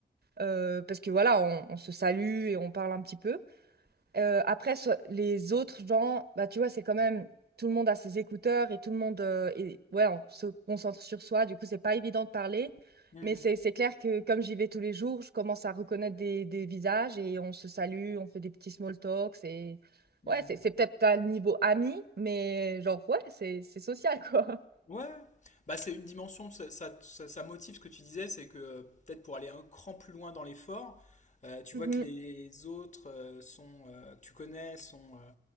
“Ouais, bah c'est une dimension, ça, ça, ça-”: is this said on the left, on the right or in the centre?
Left